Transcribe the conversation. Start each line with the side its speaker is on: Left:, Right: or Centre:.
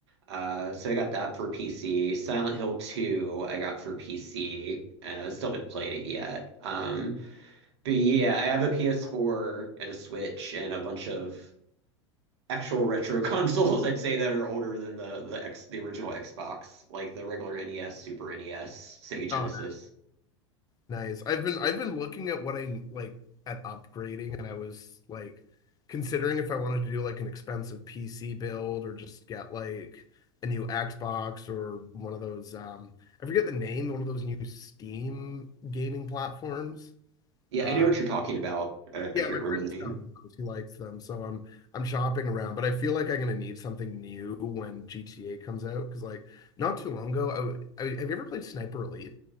Right: Uh so I got that for PC. Silent Hill 2 I got for PC. and I still haven't played it yet. Um but yeah, I have a PS4 and a Switch and a bunch of actual retro <laughs> consoles I'd say that are older than the the X the original Xbox, like the regular NES, Super NES, Sega Genesis.
Left: Oh Nice. I've been I've been looking at what I like at upgrading and I was like considering if I wanted to do like an expensive PC build or just get like a new Xbox or one of those um I forget the name, one of those new Steam gaming platforms.
Right: Yeah,
Left: Um
Right: I know what you're talking about. Uh,
Left: yeah,
Right: I can't
Left: my
Right: remember
Left: friend
Right: the
Left: just
Right: name.
Left: got one of those. He likes them, so I'm I'm shopping around, but I feel like I'm gonna need something new when GTA comes out because like not too long ago, I, w- I have you ever played Sniper Elite?